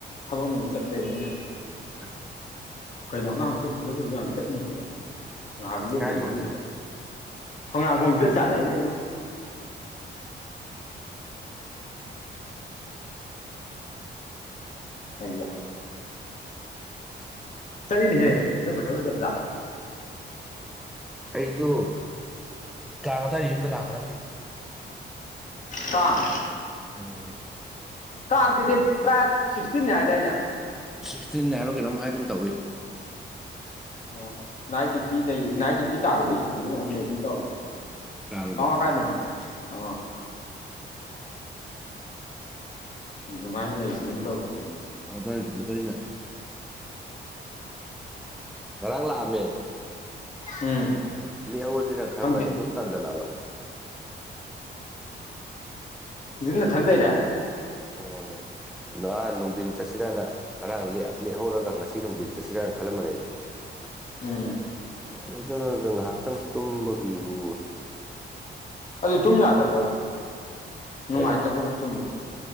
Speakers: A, on the left; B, in the centre.
A: ꯊꯕꯛ ꯅꯨꯡ ꯆꯠ ꯂꯩꯕꯅꯤꯅ
B: <inaudible>
A: ꯀꯩꯅꯣ ꯑꯉꯥꯡꯕꯁꯨ ꯐꯖ ꯐꯁꯨ ꯌꯥꯝ ꯆꯠꯂꯤꯁꯤꯅꯦ ꯉꯥꯏꯍꯥꯛ ꯂꯦꯞꯅ
B: ꯀꯥꯏ
A: ꯌꯔꯪꯗꯦꯅꯦ
B: ꯊꯣꯛꯂꯛꯏꯅꯣ
A: ꯍꯉ ꯈꯣꯡꯗ ꯆꯂꯦꯅꯦꯕ ꯍꯥꯏꯒ ꯆꯠꯂꯤꯅꯦꯍꯦ ꯃꯁ ꯐꯖ ꯐꯖꯕꯖꯥ
B: ꯑꯩꯁꯨ ꯀꯇꯥꯔꯤ ꯌꯨꯝꯗ ꯂꯥꯛꯀꯗꯕꯅꯤ
A: ꯇꯥꯡ
B: ꯎꯝ
A: ꯀꯥꯡꯥꯡꯁꯤꯗꯤ ꯇꯔꯥ ꯁꯤꯛꯁꯇꯤꯟꯅꯦ ꯍꯥꯏꯗꯥꯏꯅꯦ
B: ꯁꯤꯛꯁꯇꯤꯟ ꯍꯥꯏꯔꯣ ꯀꯩꯅꯣꯝ ꯍꯥꯏꯒꯨꯝ ꯑꯃ ꯇꯧꯏꯤ
A: ꯑꯣ ꯅꯥꯏꯠ ꯗ꯭ꯌꯨꯇꯤ ꯂꯩ ꯅꯥꯏꯠ ꯗ꯭ꯌꯨꯇꯤ ꯇꯥꯔꯨꯕꯩ ꯁꯨꯇꯤꯔ ꯀꯩꯅꯣꯝ ꯂꯩ ꯑꯗꯨꯝ ꯇꯧꯅꯤ
B: ꯀꯥꯡꯗꯣ
A: ꯀꯉ ꯀꯥꯏꯗꯅ ꯑ ꯑꯗꯨꯃꯥꯏꯅ ꯂꯩꯁ ꯑꯗꯨꯝ ꯇꯧ
B: ꯑꯗꯥꯏꯒꯨꯝꯕꯗ ꯑꯩꯅ ꯉꯔꯥꯡ ꯂꯥꯛꯑꯝꯃꯦ
A: ꯎꯝ
B: ꯂꯦꯛꯍꯧꯔꯁꯤꯅꯪ ꯈꯟꯃꯅꯤ
A: ꯈꯪꯗꯦ
B: ꯁꯨꯝ ꯇꯥꯟꯖꯜꯂꯛꯑꯕ
A: ꯑꯗꯨꯅ ꯊꯜ ꯂꯩꯔꯦ
B: ꯑꯝ ꯅ ꯅꯨꯡꯊꯤꯟ ꯆꯠꯁꯤꯔꯥꯅ ꯉꯔꯥꯡ ꯂꯦꯛꯍꯧꯔꯒ ꯉꯁꯤ ꯅꯨꯡꯊꯤꯟ ꯆꯠꯁꯤꯔꯥꯅ ꯈꯜꯂꯝꯕꯅꯦ ꯑꯩꯁꯦ
A: ꯎꯝ
B: ꯀꯩꯗꯧꯗꯣꯏꯅꯣ ꯉꯥꯏꯍꯥꯛꯇꯪ ꯇꯨꯝꯕꯒꯤꯕꯨ
A: ꯑꯗꯨ ꯇꯨꯝ ꯌꯥꯗꯕ꯭ꯔꯕ ꯅꯨꯡꯉꯥꯏꯇꯕ꯭ꯔꯕ
B: ꯀꯩꯅꯣ
A: ꯇꯨꯝꯕ